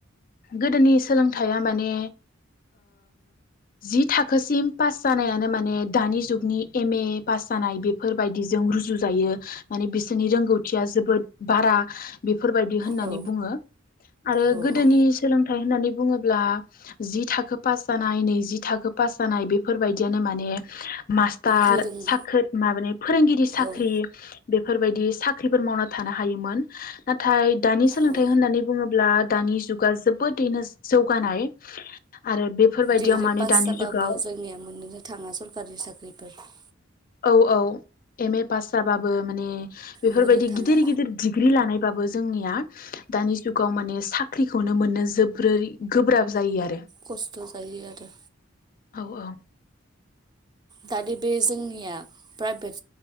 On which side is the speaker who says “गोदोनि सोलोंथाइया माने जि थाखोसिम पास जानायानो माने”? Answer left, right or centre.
Left